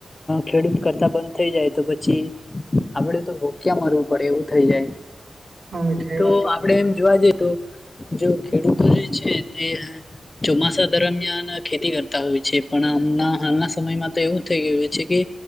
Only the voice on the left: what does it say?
ખેડૂત કરતા બંધ થઈ જાય તો પછી આપડે તો ભૂક્યા મરવું પડે એવું થઈ જાય
તો
આ આપડે એમ જોવા જઈએ તો જો ખેડૂતો જે છે તે ચોમાસા દરમિયાન ખેતી કરતા હોય છે પણ આમના હાલના સમયમાં તો એવું થઈ ગયું છે કે